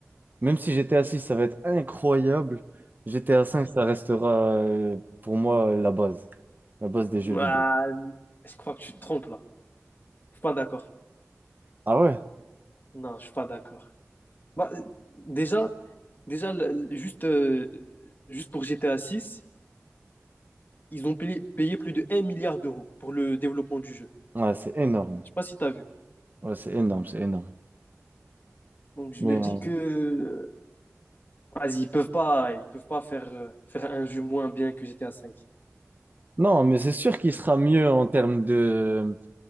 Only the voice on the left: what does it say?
Ah, je crois que tu te trompes là. Je suis pas d'accord.
Non, je suis pas d'accord. Bah, euh, déjà, déjà le- le- juste, euh, juste pour GTA 6, ils ont payé, payé plus de un milliard d'euros pour le développement du jeu.
Je sais pas si tu as vu.
Donc je
me dis
que vas-y, ils peuvent pas, ils peuvent pas faire, euh, faire un jeu moins bien que GTA V.